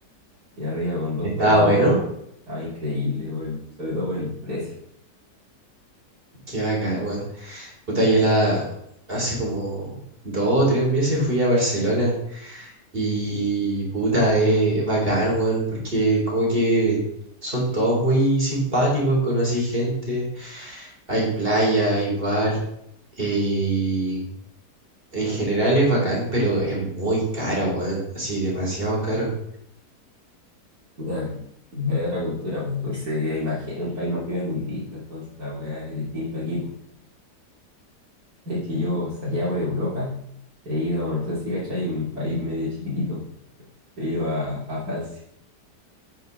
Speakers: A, on the right (about 60°); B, on the right (about 30°).
A: Y arriba con dos
B: estaba
A: tomates,
B: bueno.
A: estaba increíble, por el- sobre todo por el precio.
B: Qué bacán, weón. Puta, yo la hace como dos o tres meses fui a Barcelona y puta, es, es bacán, weón, porque como que son todos muy simpáticos, conocí gente, hay playa, hay bar, y en general es bacán, pero es muy caro, weón, así demasiado caro.
A: Puta, y para otra cultura, pues, entonces imagínate, es un país más primermundista, entonces la weá es distinto aquí, pues. Sabéis que yo, o sea, allá por Europa, he ido, no sé si cachai, un país medio chiquitito, he ido a, a Francia,